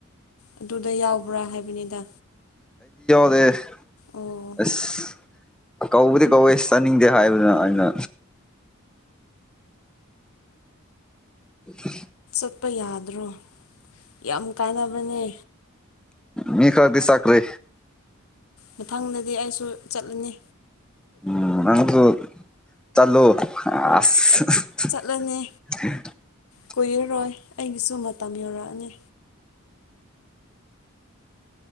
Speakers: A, on the left; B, in the centre.
A: ꯑꯗꯨꯗ ꯌꯥꯎꯕ꯭ꯔꯥ ꯍꯥꯏꯕꯅꯤꯗ
B: <unintelligible> ꯑꯁ
A: ꯑꯣ
B: ꯀꯧꯕꯗꯤ ꯀꯧꯋꯦ ꯆꯥꯅꯤꯡꯗꯦ ꯍꯥꯏꯕꯅꯦ ꯑꯩꯅ <unintelligible>
A: <unintelligible> ꯌꯥꯝ ꯀꯥꯟꯅꯕꯅꯦ
B: ꯃꯤ ꯈꯔꯗꯤ ꯆꯠꯈ꯭ꯔꯦ
A: ꯃꯊꯪꯗꯗꯤ ꯑꯩꯁꯨ ꯆꯠꯂꯅꯤ
B: ꯑꯥ ꯅꯪꯖꯨ ꯆꯠꯂꯣ ꯑꯁ <unintelligible>
A: ꯆꯠꯂꯅꯤ ꯀꯨꯏꯔꯔꯣꯏ ꯑꯩꯒꯤꯁꯨ ꯃꯇꯝ ꯌꯧꯔꯛꯑꯅꯤ